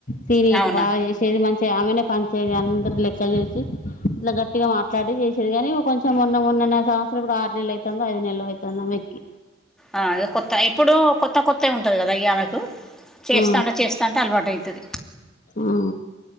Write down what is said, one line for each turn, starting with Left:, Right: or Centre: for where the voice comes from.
Left: సీనియర్ట్
Centre: అవునా
Left: బాగా చే సేది మంచిగా ఆమెనే పంచేది అందరు లెక్కలు చేసి ఇట్లా గట్టిగా మాట్లాడి చేసేది కానీ కొంచెం మొన్న మొన్ననే సంవత్సరం ఇప్పుడు ఆరు నెల్లు అయితుందో ఐదు నెల్లు అయితుందో ఆమెకి
Centre: ఆ ఇగ కొత్త ఇప్పుడు కొత్త కొత్తగా ఉంటది కదా ఇగ ఆమెకు చేస్తాంటే
Left: ఆ
Centre: చేస్తాంటే అలవాటైతది
Left: ఆ